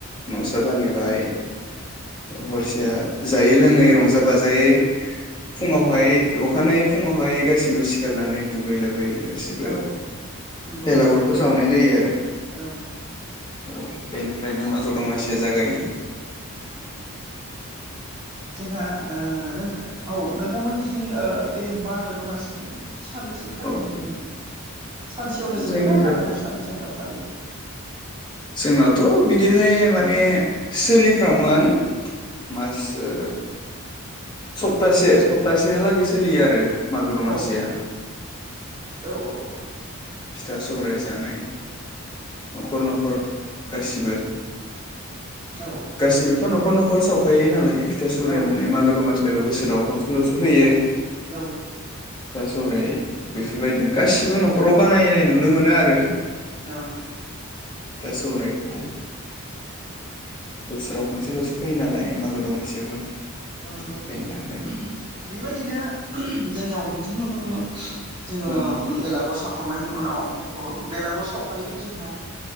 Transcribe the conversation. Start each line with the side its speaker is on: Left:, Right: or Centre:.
Left: नसा बानायबाय हरसे जायै लोङै रंजा बाजायै फुङावहाय अखानायै फुङावहाय गासैबो सिखारनानै दुगै लोबै गासिबो
Right: औ नंगौ
Left: भेलागुरखौ सावनाय जायो आरो।
Right: औ।
Left: औ बेनिफ्रायनो मागो दमासिया जागायो।
Right: जों ओ नों औ नों नोंथांमोनथिं बे मागो दमासिखौ सानबेसे फालिनाय
Left: औ
Right: नुनो मोनो? सानसेयावनो जोबोना
Left: जोंनि जाथ'
Right: आरो साननै सानथाम फालियो?
Left: जोंनाथ' बिदिहाय माने सोलिफ्रामोआनो मास ओ सप्तासे सप्तासेहालागै सोलियो आरो। मागो दमासिया
Right: औ औ औ।
Left: फिथा सौराय जानाय न'खर न'खर गासिबो
Right: औ
Left: गासिबोथ' नख खर न'खर सावखायो नालाय सौराय
Right: औ
Left: माने मागो दमासि
Right: नंगौ
Left: बोसोराव खनसे सोल'सो फैयो
Right: औ।
Left: फिथा सौराय बेफोरबायदिनो गासिबो न'खराव बानायनाय नुनो मोनो आरो।
Right: औ।
Left: दा सौरायखौ बोसोराव खनसेल'सो फैयो नालाय। मागो दमासियावबो।
Right: <unintelligible> बेबायदिनो
Left: बेनि थाखाय
Right: <unintelligible> जोंनियाव बि। दिनो नुनो मोनो। जोङो
Left: औ
Right: बेलागुर साखांनायनि उनाव बेलागुर सावखालिथ जोंहा